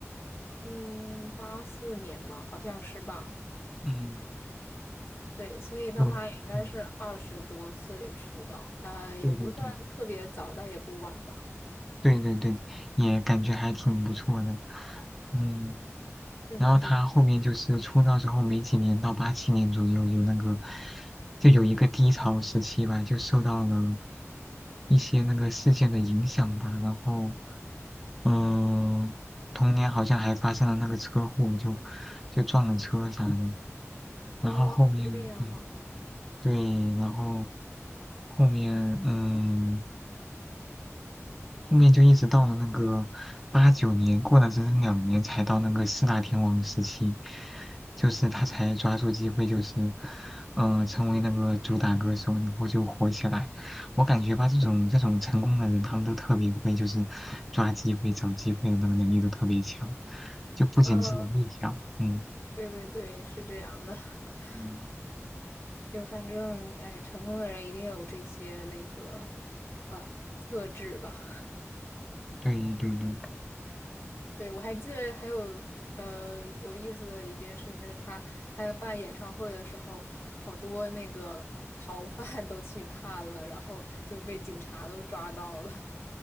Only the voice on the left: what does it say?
嗯，八四年嘛，好像是吧？
对，所以那他也应该是二十多岁出道，
呃，也不算特别早，
但也不晚吧？
是的是，
哦，
这样吗？
呃。
对对对，是这样的。<laughs>
就反正，哎，成功的人一定有这些那个啊、特质吧。
<laughs> 对，我还记得还有呃有意思的一件事，就是他他要办演唱会的时候，好多那个逃犯都去看了，然后就被警察都抓到了。